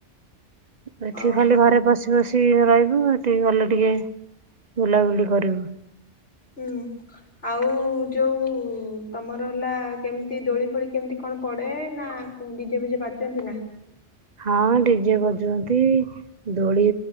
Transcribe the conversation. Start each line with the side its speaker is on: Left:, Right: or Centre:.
Right: ଏଠି
Left: ଓହୋ
Right: ଖାଲି ଘରେ ପସି ପସି ସି ରହିବୁ ଟିକେ ଗଲେ ଟିକେ ବୁଲାବୁଲି କରିବୁ।
Left: ହୁଁ ଆଉ ଯୋଉ ତମର ହେଲା କେମିତି ଦୋଳି ଫୋଳି କେମିତି କଣ ପଡେ ନା ଡିଜେ ଫିଜେ ବାଜନ୍ତି ନା?
Right: ହଁ ଡିଜେ ବଜୁନ୍ତି ଦୋଳି